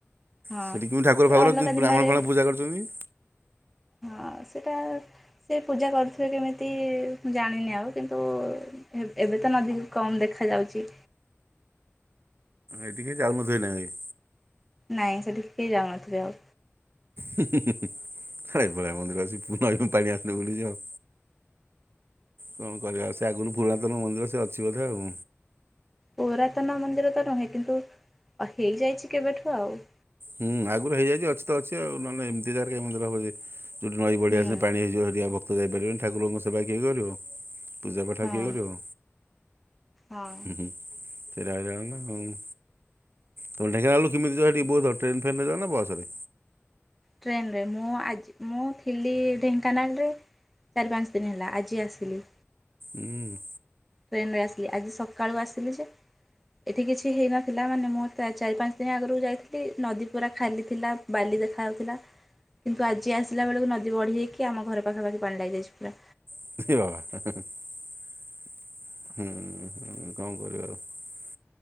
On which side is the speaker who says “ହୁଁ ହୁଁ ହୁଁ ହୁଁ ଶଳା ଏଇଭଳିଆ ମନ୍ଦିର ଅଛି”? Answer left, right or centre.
Right